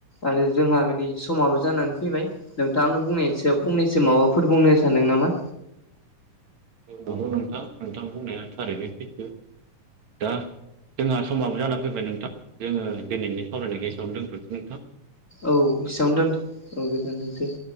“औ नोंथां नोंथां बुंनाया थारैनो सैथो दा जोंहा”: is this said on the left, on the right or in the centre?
Right